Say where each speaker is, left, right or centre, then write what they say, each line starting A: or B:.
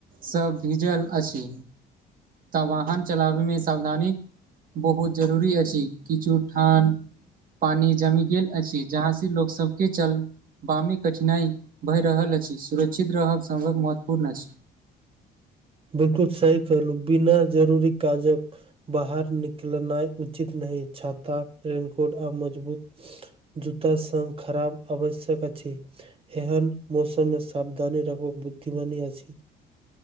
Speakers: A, on the right; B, on the right.
A: सब भीजल अछि तऽ वाहन चलाबे मे सावधानी बहुत ज़रूरी अछि किछु ठान पानि जमी गेल अछि जहाँ से <unintelligible> वामी कठिनाइ भए रहल अछि सुरक्षित रहब समक महत्वपूर्ण अछि
B: बिल्कूल सही कहलहु बिना जरूरी काजक बाहर निकलनाई उचित नहि छाता रेन कोट आ मजबूत जूता सँ खराब आवश्यक आ छै एहन मौसु मे सावधानी राखब बुद्धिमानी आ छी